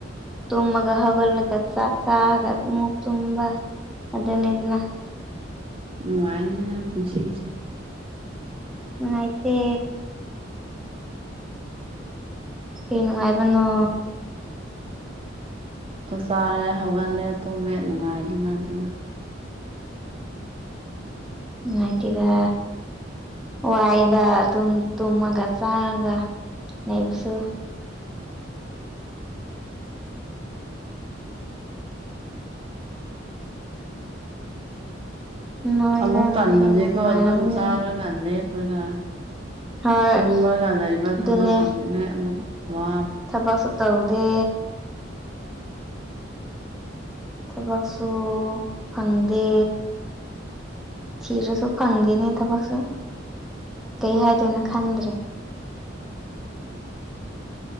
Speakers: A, in the centre; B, on the right.
A: ꯇꯨꯝꯃꯒ ꯍꯧꯒꯠꯂꯒ ꯆꯥꯛ ꯆꯒ ꯑꯃꯨꯛ ꯇꯨꯝꯕ ꯑꯗꯨꯅꯦꯗꯅ
B: ꯅꯨꯡꯉꯥꯏꯅꯦ ꯅꯪ ꯄꯨꯟꯁꯤꯁꯦ
A: ꯅꯨꯡꯉꯥꯏꯇꯦ ꯀꯩ ꯅꯨꯡꯉꯥꯏꯕꯅꯣ
B: ꯆꯥꯛ ꯆꯥꯔꯦ ꯍꯧꯒꯠꯂꯦ ꯇꯨꯝꯃꯦ ꯅꯨꯡꯉꯥꯏꯗꯅ ꯑꯗꯨꯅ
A: ꯅꯨꯡꯉꯥꯏꯇꯦꯗ ꯋꯥꯏꯗ ꯑꯗꯨꯝ ꯇꯨꯝꯃꯒ ꯆꯥꯔꯒ ꯂꯩꯕꯁꯨ ꯅꯣꯏꯗꯅ
B: ꯑꯃꯨꯛ ꯇꯟꯕꯅꯦꯀꯣ
A: ꯍꯦꯟꯅ ꯅꯨꯡꯉꯥꯏꯔꯝꯃꯅꯤ
B: ꯑꯗꯨꯝ ꯆꯥꯔ ꯒ ꯂꯦꯞꯄꯒ
A: ꯍꯣꯏ
B: ꯇꯨꯝꯃꯒ ꯂꯩꯕ
A: ꯑꯗꯨꯅꯦ
B: ꯊꯕꯛ ꯇꯧꯅꯤꯡꯉꯥꯏ ꯑꯃꯨꯛ ꯋꯥ
A: ꯊꯕꯛꯁꯨ ꯇꯧꯗꯦ ꯊꯕꯛꯁꯨ ꯐꯪꯗꯦ ꯊꯤꯔꯁꯨ ꯐꯪꯗꯦꯅꯦ ꯊꯕꯛꯁꯨ ꯀꯩ ꯍꯥꯏꯗꯣꯏꯅꯣ ꯈꯪꯗ꯭ꯔꯦ